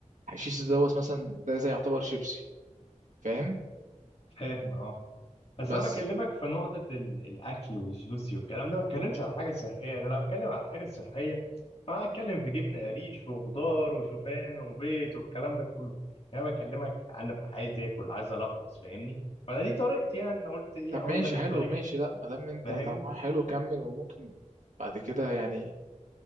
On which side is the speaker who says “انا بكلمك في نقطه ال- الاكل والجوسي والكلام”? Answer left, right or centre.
Left